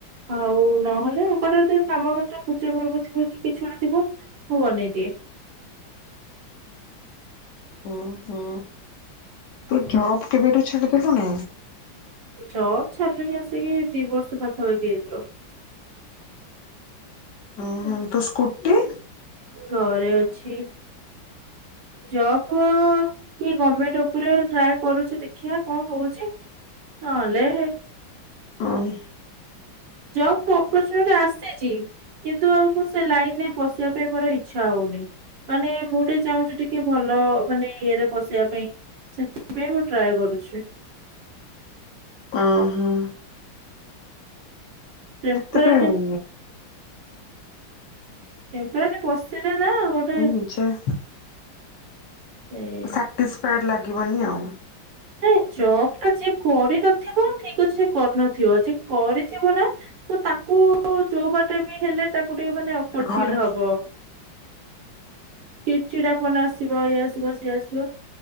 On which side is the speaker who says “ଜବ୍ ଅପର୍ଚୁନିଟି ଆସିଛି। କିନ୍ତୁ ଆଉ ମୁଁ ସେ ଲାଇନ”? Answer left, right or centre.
Right